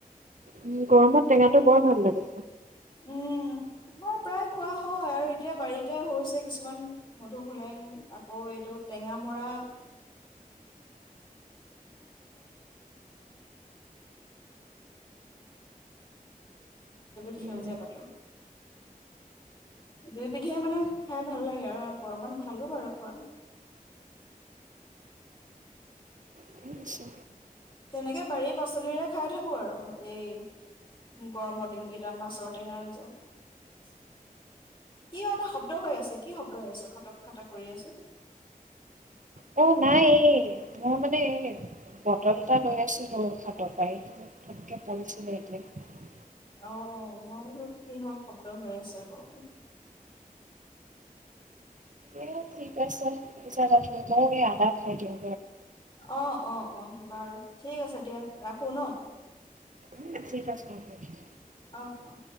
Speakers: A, on the right; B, on the left.
A: উম গৰমত টেঙা টো বৰ ভাল লাগে
B: উম আমাৰ প্ৰায় খোৱা হয়, আৰু এতিয়া বাৰীতে হৈছে কিছুমান মধুসোলেং আকৌ এইটো টেঙামৰা। সেউ
A: উম
B: <unintelligible>
A: ঠিক আছে
B: <inaudible>
A: অ <unintelligible>
B: অ' মই বুলো কিহৰ শব্দ হৈ আছে আক।
A: এ ঠিক আছে, যাবা তুমি, মই এই আদা খাই দিওঁ।
B: অ-, অ, অ। বাৰু, ঠিক আছে দিয়া ৰাখো ন?
A: <unintelligible>
B: অ' অ-।